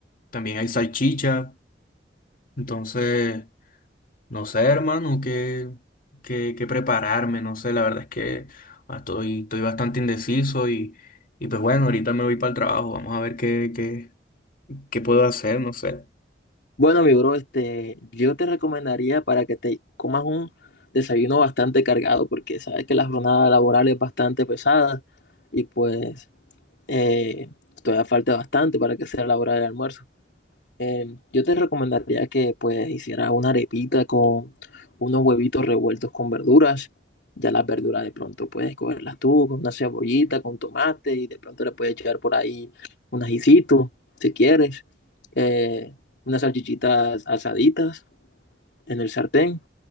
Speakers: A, on the left; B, on the left.
A: También hay salchicha. Entonces, no sé, hermano, qué, qué, qué prepararme, no sé, la verdad es que ah, estoy, estoy bastante indeciso y, y pues bueno, ahorita me voy para el trabajo, vamos a ver qué, qué, qué puedo hacer, no sé.
B: Bueno, mi bro, este, yo te recomendaría para que te comas un desayuno bastante cargado, porque sabes que la jornada laboral es bastante pesada y pues eh, todavía falta bastante para que sea la hora del almuerzo. Eh, yo te recomendaría que pues hicieras una arepita con unos huevitos revueltos con verduras. Ya las verduras de pronto puedes cogerlas tú con una cebollita, con tomate y de pronto le puedes echar por ahí un ajicito si quieres. Eh, unas salchichitas asaditas en el sartén